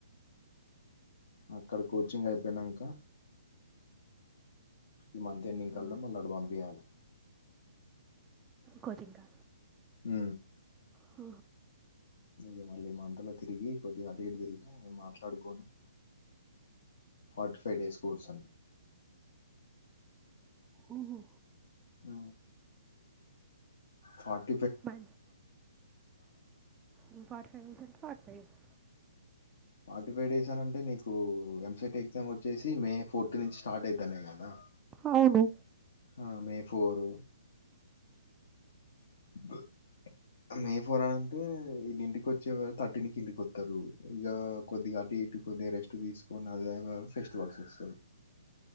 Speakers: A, on the left (about 60°); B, on the right (about 15°).
A: అక్కడ కోచింగ్ అయిపోయినాంకా ఈ మంత్ ఎండింగ్ కల్లా
B: ఆ,
A: మళ్ళీ వాడు పంపియాలి
B: కోచింగ్ కా
A: హ
B: హ
A: ఇ మళ్ళీ మంతలో తిరిగి కొద్దిగా అటు ఇటు తిరిగి మేము మాట్లాడుకొని ఫార్టీ ఫైవ్ డేస్ కోర్సు
B: ఉహూ
A: అ ఫట్
B: ఫ ఉం ఫార్టీ ఫైవ్ డేస్ అంటే forty five days
A: forty five days అని అంటే నీకు సెట్ ఎగ్జామ్ వచ్చేసి మే ఫోర్త్ నుంచి స్టార్ట్ అయితన్నయి కదా
B: అవును
A: ఆ మే ఫోరు బ మే ఫోర్ అని అంటే ఇది ఇంటికి వచ్చేవారు థర్టీనికి ఇంటికి వస్తారు ఇక కొద్దిగా ఇటు కొద్దిగా రెస్ట్ తీసుకొని అదే ఫెస్టివల్స్ వస్తాయి